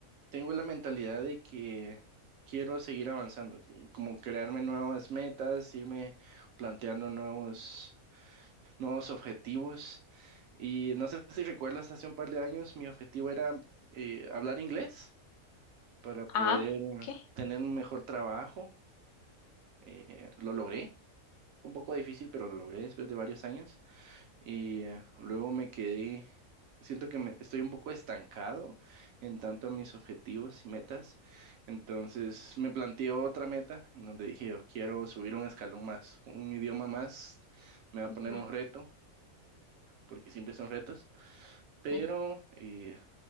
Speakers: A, on the right; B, on the left.
A: tengo la mentalidad de que quiero seguir avanzando, que- como crearme nuevas metas, irme planteando nuevos, nuevos objetivos. Y no sé si recuerdas, hace un par de años mi objetivo era eh, hablar inglés para poder
B: Ah, ¿qué?
A: tener un mejor trabajo. Eh, lo logré, un poco difícil, pero lo logré después de varios años y eh, luego me quedé, siento que me, estoy un poco estancado en tanto a mis objetivos y metas, entonces me planteé otra meta en donde dije, yo quiero subir un escalón más, un idioma más, me va
B: Ujú.
A: a poner un reto, porque siempre son retos, pero
B: Sí.
A: eh,